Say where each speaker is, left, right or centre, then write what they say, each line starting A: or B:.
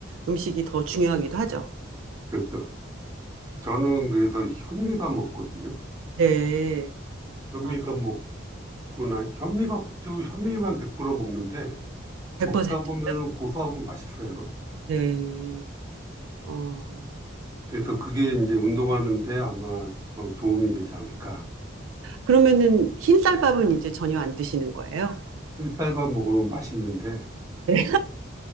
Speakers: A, on the right (about 85°); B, on the right (about 15°).
A: 음식이 더 중요하기도 하죠.
B: 그렇죠. 저는 그래서 현미밥 먹거든요.
A: 네.
B: 현미밥
A: 아,
B: 먹고 나 현미밥도 현미만 100% 먹는데
A: 100%.
B: 먹다 보면 고소하고 맛있어요.
A: 네. 어.
B: 그래서 그게 이제 운동하는데 아마 더 도움이 되지 않을까.
A: 그러면은 흰쌀밥은 이제 전혀 안 드시는 거예요?
B: 흰쌀밥 먹으면 맛있는데
A: 네.